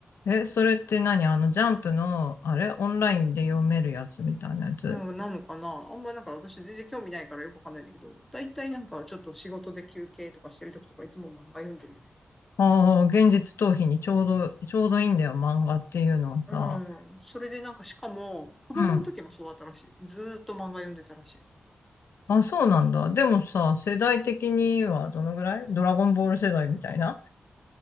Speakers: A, on the left; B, in the centre.
A: のえ、それって何あの、ジャンプの、あれオンラインで読めるやつみたいなやつ
B: うん、なのかなあんまなんか私全然興味ないからよくわかんないんだけど、だいたいなんかちょっと仕事で休憩とかしてる時とかいつも漫画読んでるね。
A: ああー、現実逃避にちょうど、ちょうどいいんだよ、漫画っていうのはさ。
B: うん、それでなんかしかも、子供の時もそうだったらしい。
A: うん。
B: ずーっと漫画読んでたらしい。
A: あ、そうなんだ。でもさ、世代的にはどのぐらいドラゴンボール世代みたいな